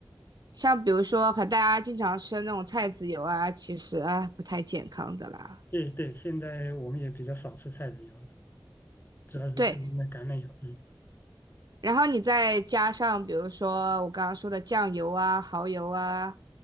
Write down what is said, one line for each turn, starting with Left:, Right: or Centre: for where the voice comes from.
Right: 像比如说，和大家经常吃的那种菜籽油啊，其实啊不太健康的啦。
Left: 对对，现在我们也比较少吃菜籽油了，主要是吃那橄榄油。
Right: 对，
Left: 嗯
Right: 然后你再加上比如说我刚刚说的酱油啊、蚝油啊，